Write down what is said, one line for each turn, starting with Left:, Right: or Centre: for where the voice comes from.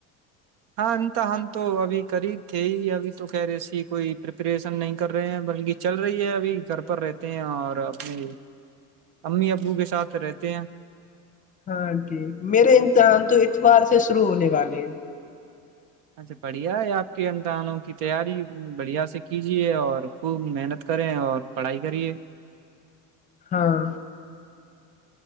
Right: ہاں انت ہم تو ابھی قریب تھے ہی ابھی تو کہہ رہے س کوئی پپریشن نہیں کر رہے ہیں بلکہ چل رہی ہے ابھی گھر پر رہتے ہیں اور اپنے امی ابو کے ساتھ رہتے ہیں
Left: ہاں جٹھ میرے امتحان تو اتوار سے شروع ہونے والے ہیں
Right: اچھا بڑھیا ہے آپ کے اندانوں کی تیاری بڑھیا سے کیجے اور خوب محنت کریں اور پڑھائی کریے
Left: ہاں